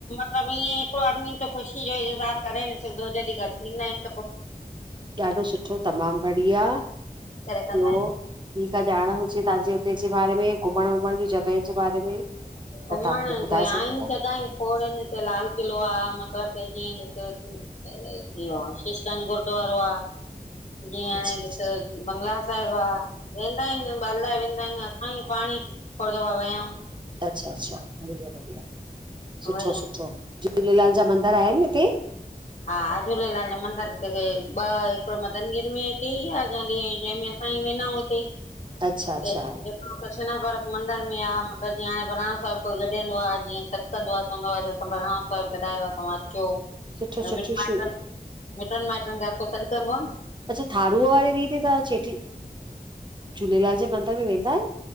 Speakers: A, on the left; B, on the right.
A: सभु ईयें हिकिड़ो आदमी त ख़ुशी जो इज़हार करे न सघदो जॾी गॾु थींदा इनि
B: ॾाढो सुठो, तमामु बढ़िया,
A: करे कंदा
B: ॿियो?
A: आहिनि
B: बी का ॼाण हुजे तहांजे हुते जे बारे में घुमण वुमण जी जॻहियुनि जे बारे में त तव्हां
A: घुमण
B: मूंखे ॿुधाए
A: जो आहिनि
B: सघो था
A: जॻाहियुं खोड़ इन हिते लाल किलो आ मतलबु के जीअं ॾिसु इह्यो शीशगंज गुरुद्वारो आ जीअं हाणें
B: अच्छा अच्छा
A: ॾिसु बंगला साहिब आ वेंदा हिनि ॿालाए वेंदा हिनि असां ई पांणी खोड़ दफा वया आऊं
B: अच्छा- अच्छा, बढ़िया- बढ़िया, सुठो
A: उहोई आ
B: -सुठो,
A: न,
B: झूलेलाल जा मंदर आहिनि हिते?
A: हा झूलेलाल जा मंदर हिते कई ॿ हे हिकिड़ो मदन गिर में हिते ई आ जाॾे जंहिंमें असां ई वेंदाउं हिते ई त
B: अच्छा अच्छा
A: हिक कृषणा भरत मंदर में आ त जीअं हाणें बहिराणो साहिब कोई गॾिंदो आ जीअं सॾुकंदो आ चवंदो आ अॼु असां बरहिराणो साहिबु गॾायो आ तव्हां अचो।
B: सुठो सुठियु
A: मिट माइटनि
B: छो
A: मिटनि माइटनि खां पोइ सॾु कंदो आ न
B: अच्छा थारूअ वारे ॾीह ते तहां चे झूलेलाल जे मंदर में वेंदा आहियो?